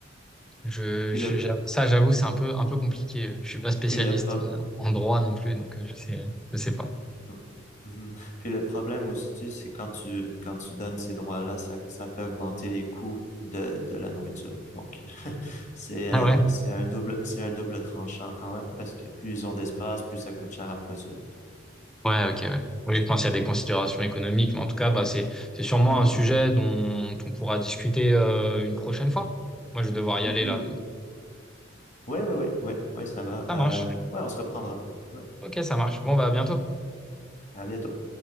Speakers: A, in the centre; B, on the left (about 40°).
A: je,
B: Puis
A: je-
B: le
A: j'avoue- ça, j'avoue, c'est un peu, un peu compliqué. Je suis pas spécialiste
B: puis le problème.
A: euh, en droit non plus, donc euh, je sais, je sais pas.
B: Mhm. Mhm. Puis le problème aussi, c'est quand tu quand tu donnes ces droits-là, ça, ça fait augmenter les coûts de, de la nourriture. Donc <laughs> c'est euh,
A: Ah ouais?
B: c'est un double c'est un double tranchant quand même parce que plus ils ont d'espace, plus ça coûte cher à produire. Donc.
A: Ouais, ok, ouais. Oui, je pense qu'il y a des considérations économiques, mais en tout cas, bah, c'est, c'est sûrement
B: Mhm.
A: un sujet dont on pourra discuter euh, une prochaine fois. Moi, je vais devoir y
B: Mhm.
A: aller là.
B: Mhm. Ouais, ouais, ouais, ouais, ouais, ça va.
A: Ça
B: Euh,
A: marche.
B: ouais, on se reprendra. Ouais.
A: Ok, ça marche. Bon, bah, à bientôt.
B: À bientôt.